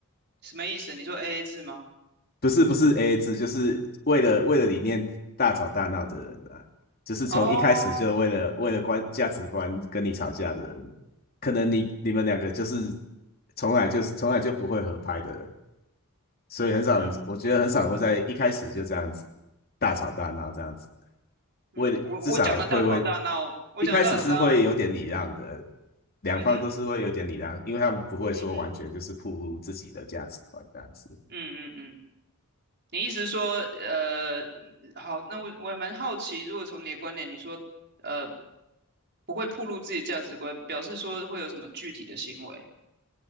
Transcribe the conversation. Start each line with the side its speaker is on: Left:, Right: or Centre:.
Right: 什么意思？你说 AA 制吗？
Left: 不是不是 AA 制，就是为了为了理念大吵大闹的人啊，就是从一开始就为了为了观价值观跟你吵架的人，
Right: 哦，
Left: 可能你你们两个就是从来就是从来就不会合拍的人所以很少人，
Right: 嗯
Left: 我觉得很少人会在一开始就这样子大吵大闹这样子，
Right: 嗯，
Left: 为至少会为
Right: 我我讲的大吵大闹，我讲的大吵大闹，
Left: 一开始是会有点礼让的，两方都是会有点礼让，
Right: 嗯哼
Left: 因为他们不会说完全就是暴露自己的价值观这样子。
Right: 嗯哼。嗯嗯嗯，你意思是说，呃，嗯好，那我我还蛮好奇，如果从你的观点，你说，呃，不会暴露自己的价值观，表示说会有什么具体的行为？